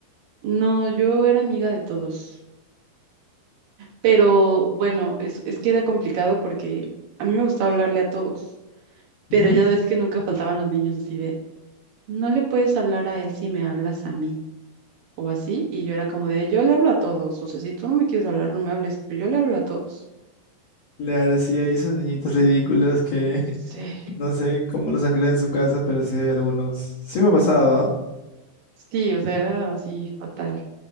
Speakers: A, on the right; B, on the left.
A: No, yo era amiga de todos, pero bueno, es, es que era complicado porque a mí me gustaba hablarle a todos, pero
B: Ujú.
A: ya ves que nunca faltaban los niños así de, no le puedes hablar a él si me hablas a mí. O así, y yo era como de, yo le hablo a todos, o sea, si tú no me quieres hablar, no me hables, pero yo le hablo a todos.
B: Claro, sí, hay esos niñitos ridículos que <laughs>
A: Sí.
B: no sé cómo los sangran en su casa, pero sí hay algunos. Sí me ha pasado, ¿ah?
A: Sí, o sea, era así fatal.